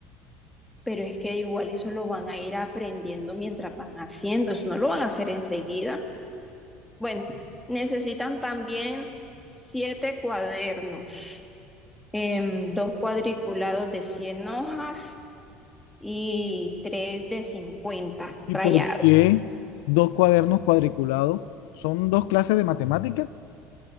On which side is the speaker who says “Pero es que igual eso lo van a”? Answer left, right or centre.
Centre